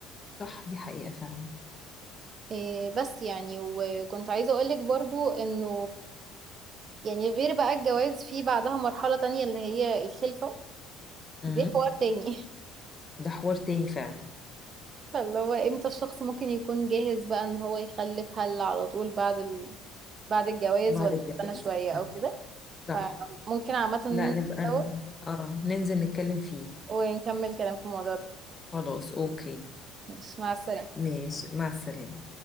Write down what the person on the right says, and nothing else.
إيه، بس يعني وكنت عايزة اقولك برضو انه يعني غير بقى الجواز في بعدها مرحلة تانية اللي هي الخلفة
دي حوار تاني <laughs>
اللي هو امتى الشخص ممكن يكون جاهز بقى ان هو يخلف هل على طول بعد ال... بعد الجواز
ولا
استنى شوية او
كده
فممكن عامة نتسوق
ونكمل كلام في الموضوع ده
ماشي مع السلامة